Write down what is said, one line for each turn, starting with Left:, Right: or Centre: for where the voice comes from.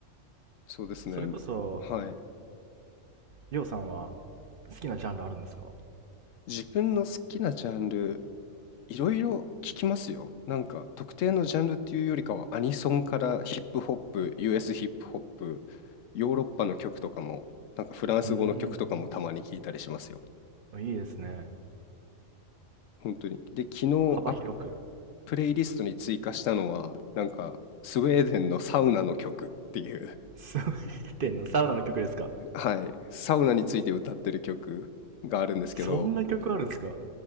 Left: そうですね。
Right: それこそ、
Left: はい。
Right: りょうさんは好きなジャンルあるんですか
Left: 自分の好きなジャンル、いろいろ聞きますよ。なんか、特定のジャンルっていうよりかは、アニソンからヒップホップ、US ヒップホップ、ヨーロッパの曲とかも、なんかフランス語の曲とかもたまに聞いたりしますよ。
Right: うーん。あいいですね。
Left: 本当に。で、昨日アッ
Right: 幅広く。
Left: プレイリストに追加したのは、なんか、スウェーデンのサウナの曲っていう
Right: スウェーデンのサウナの曲ですか
Left: <laughs> はい、サウナについて歌ってる曲があるんですけど、
Right: そんな曲あるんですか